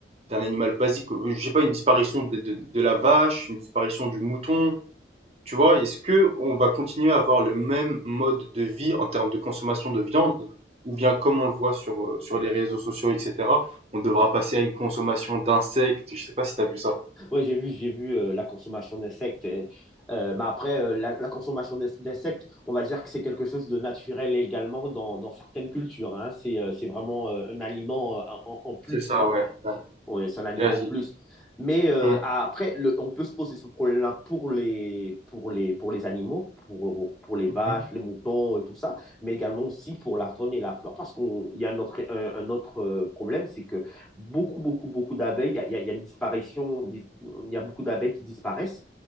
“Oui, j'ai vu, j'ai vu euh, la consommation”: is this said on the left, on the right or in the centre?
Centre